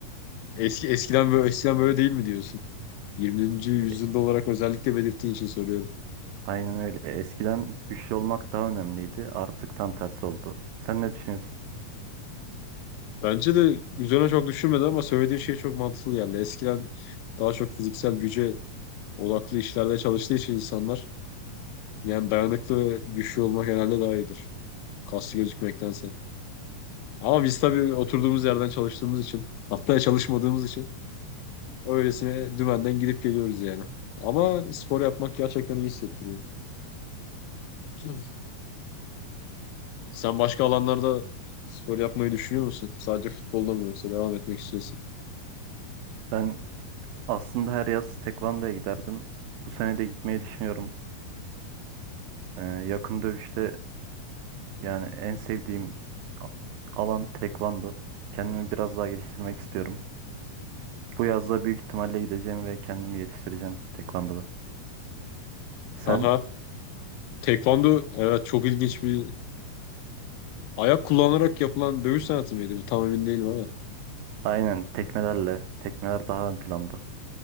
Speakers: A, on the left; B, on the right.
A: Eski eskiden böyle eskiden böyle değil mi diyorsun? 20. yüzyılda
B: E,
A: olarak özellikle belirttiğin için soruyorum.
B: aynen öyle. Eskiden güçlü olmak daha önemliydi. Artık tam tersi oldu. Sen ne düşünüyorsun?
A: Bence de üzerine çok düşünmedim ama söylediğin şey çok mantıklı geldi. Eskiden daha çok fiziksel güce odaklı işlerde çalıştığı için insanlar yani dayanıklı ve güçlü olmak herhalde daha iyidir. Kaslı gözükmektense. Ama biz tabii oturduğumuz yerden çalıştığımız için hatta çalışmadığımız için Öylesine dümenden gidip geliyoruz yani. Ama spor yapmak gerçekten iyi hissettiriyor. <clears throat> Sen başka alanlarda spor yapmayı düşünüyor musun? Sadece futbolda mı yoksa devam etmek istiyorsun?
B: Ben aslında her yaz tekvandoya giderdim. Bu sene de gitmeyi düşünüyorum. Ee, yakın dövüşte yani en sevdiğim a- alan tekvando. Kendimi biraz daha geliştirmek istiyorum. Bu yazda büyük ihtimalle gideceğim ve kendimi geliştireceğim tekvandoda. Sen
A: Aha. Tekvando evet çok ilginç bir ayak kullanarak yapılan dövüş sanatı mıydı? Bu tam emin değilim ama.
B: aynen tekmelerle, tekmeler daha ön planda.